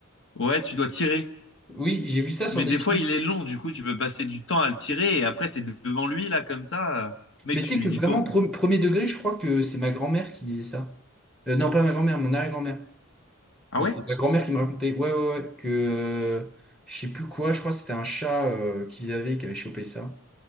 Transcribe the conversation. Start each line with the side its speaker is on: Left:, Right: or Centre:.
Left: ouais, tu dois tirer.
Centre: Oui, j'ai vu ça sur
Left: Mais
Centre: des
Left: des
Centre: films.
Left: fois, il est long, du coup, tu peux passer du temps à le tirer et après, t'es devant lui, là, comme ça. euh, Mec,
Centre: Mais
Left: tu
Centre: tu sais
Left: lui
Centre: que vraiment,
Left: dis quoi?
Centre: pre- premier degré, je crois que c'est ma grand-mère qui disait ça. Euh, non, pas ma grand-mère, mon arrière-grand-mère.
Left: Ah
Centre: Et
Left: ouais?
Centre: c'est ma grand-mère qui me racontait, ouais, ouais, ouais, que euh, je sais plus quoi, je crois que c'était un chat euh, qu'ils avaient qui avait chopé ça.